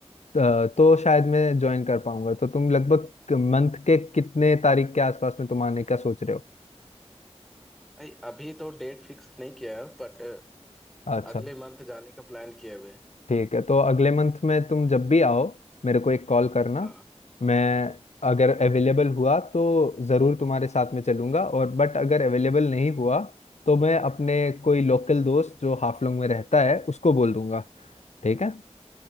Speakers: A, on the left; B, in the centre.
A: अ, तो शायद मैं ज्वाइन कर पाऊंगा तो तुम लगभग मंथ के कितने तारीख के आसपास में तुम आने का सोच रहे हो
B: भाई अभी तो डेट फिक्स नहीं किया है बट
A: अच्छा
B: अगले मंथ जाने का प्लान किए हुए हैं।
A: ठीक है तो अगले मंथ में तुम जब भी आओ मेरे को एक कॉल करना
B: हाँ
A: मैं अगर अवेलेबल हुआ तो ज़रूर तुम्हारे साथ में चलूंगा और बट अगर अवेलेबल नहीं हुआ तो मैं अपने कोई लोकल दोस्त जो हाफलोंग में रहता है उसको बोल दूंगा ठीक है